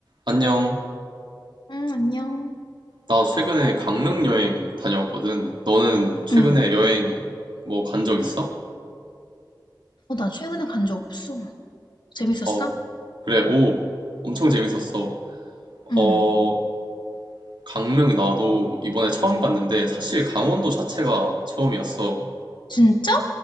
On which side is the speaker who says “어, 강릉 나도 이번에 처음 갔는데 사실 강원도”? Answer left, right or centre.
Right